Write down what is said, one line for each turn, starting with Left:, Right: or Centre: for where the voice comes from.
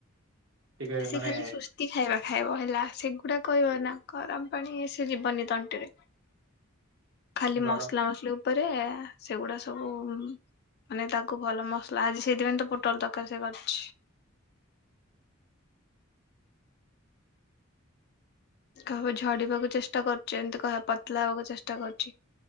Right: ଟିକେ
Left: ସେ
Right: ମାନେ
Left: ଖାଲି ସୁସ୍ଥ୍ କେତି ଖାଇବା ଖାଇବ ହେଲା, ସେଗୁଡାକ କହିବ ନା ଗରମ୍ ପାଣି ସେ ଯିବନି ତଣ୍ଟିରେ। ଖାଲି
Right: ଗରମ
Left: ମସଲା ମସ୍ ଲି ଉପରେ ସେଗୁଡା ସବୁ ଉ-ଉ ମାନେ ତାକୁ ଭଲ ମସଲା ଆଜି ସେଇଥିପାଇଁ ତ ପୋଟଲ ତରକାରୀ ସେ କରିଛି। କହିବ ଝଡିବାକୁ ଚେଷ୍ଟା କର୍ଚି ଏମିତି କହିବା ପତଳା ହେବାକୁ ଚେଷ୍ଟା କର୍ଛି।